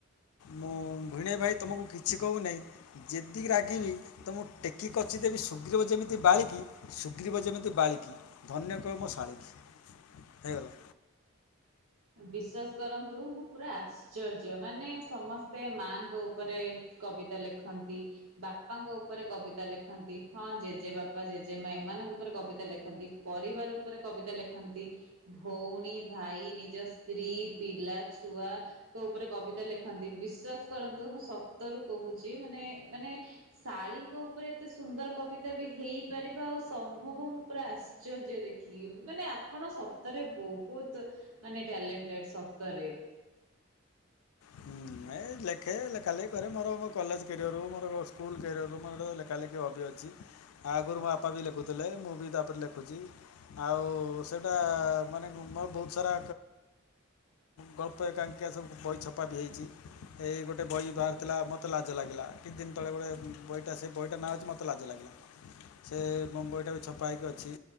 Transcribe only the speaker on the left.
ମୁଁ ଭଣେଇ ଭାଇ ତମକୁ କିଛି କହୁନହିଁ ଯେତିକି ରାଗିବି ତ ମୁଁ ଟେକି କଚି ଦେବି ଶୁଗ୍ରିବ ଯେମିତି ବାଳିକି ଶୁଗ୍ରିବ ଯେମିତି ବାଳିକି ଧନ୍ୟ କହ ମୋ ଶାଳିକି ହେଇଗଲା।
ହୁଁ ଏ ଲେଖେ ଲେଖା ଲେଖି କରେ ମୋର ମୋ କଲେଜ କ୍ୟାରିୟର୍ରୁ ମୋର ସ୍କୁଲ କ୍ୟାରିୟରରୁ ମୋରୋ ଲେଖା ଲେଖି ହବି ଅଛି। ଆ ଆଗରୁ ମୋ ବାପା ବି ଲେଖୁଥିଲେ ମୁଁ ବି ତାପରେ ଲେଖୁଛି। ଆଉ ସେଇଟା ମାନେ ମର ବହୁତ ସାରା ଗଳ୍ପ ଏକାଙ୍କିଆ ସବୁ ବହି ଛପା ବି ହୋଇଇଛି। ଏଇ ଗୋଟେ ବହି ବାହାରିଥିଲା ମୋତେ ଲାଜ ଲାଗିଲା କିଛି ଦିନ ତଳେ ଗୋଟେ ବହିଟା ସେ ବହିଟା ନାଁ ହେଉଛି ମୋତେ ଲାଜ ଲାଗିଲା।
ସେ ମୁମ୍ବାଇଟାକୁ ଛପା ହେଇକି ଅଛି